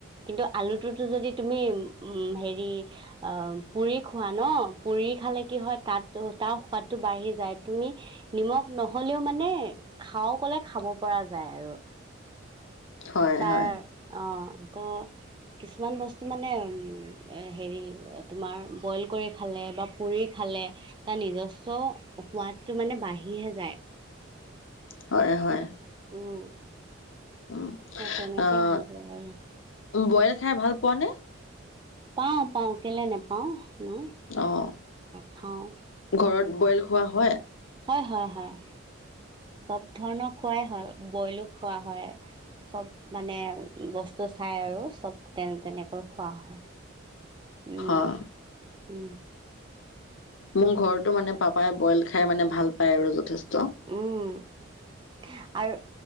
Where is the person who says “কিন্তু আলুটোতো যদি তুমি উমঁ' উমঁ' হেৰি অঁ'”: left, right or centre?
Right